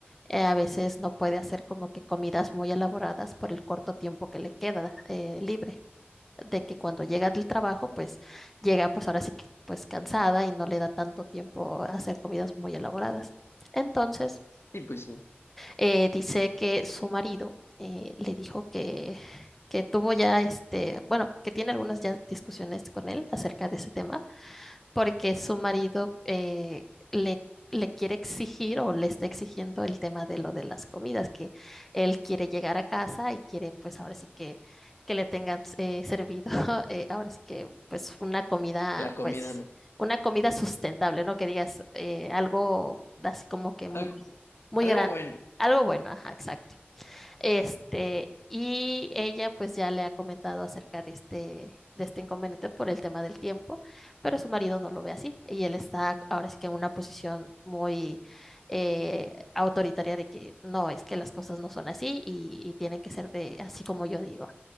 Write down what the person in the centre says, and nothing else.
eh, a veces no puede hacer como que comidas muy elaboradas por el corto tiempo que le queda eh, libre. de que cuando llega del trabajo, pues llega pues ahora sí que pues cansada y no le da tanto tiempo a hacer comidas muy elaboradas. Entonces,
eh, dice que su marido eh, le dijo que, que tuvo ya este, bueno, que tiene algunas ya discusiones con él acerca de ese tema porque su marido eh, le, le quiere exigir o le está exigiendo el tema de lo de las comidas, que él quiere llegar a casa y quiere pues ahora sí que, que le tengan eh, servido, <laughs> eh, ahora sí que pues una comida
pues
una comida sustentable, ¿no? Que digas eh, algo así como que muy,
muy
gran,
algo bueno, ajá, exacto. Este, y ella pues ya le ha comentado acerca de este, de este inconveniente por el tema del tiempo, pero su marido no lo ve así y él está ahora sí que en una posición muy eh, autoritaria de que no, es que las cosas no son así y, y tienen que ser de así como yo digo.